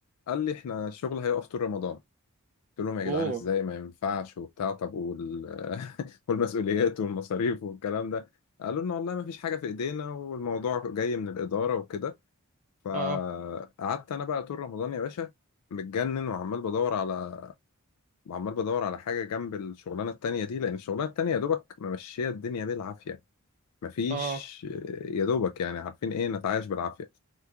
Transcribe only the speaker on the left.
قال لي إحنا الشغل هيقف طول رمضان قلت لهم يا جدعان
إزاي ما ينفعش وبتاع طب وال... <laughs> والمسؤوليات والمصاريف والكلام ده قالوا لنا والله ما فيش حاجة في إيدينا والموضوع جاي من الإدارة وكده فقعدت
انا بقى طول رمضان يا باشا متجنن وعمال بدور على وعمال بدور على حاجه جنب الشغلانه التانية دي لان الشغلانه التانية يا دوبك ممشيه الدنيا بالعافيه مفيش
يا دوبك يعني عارفين ايه نتعايش بالعافيه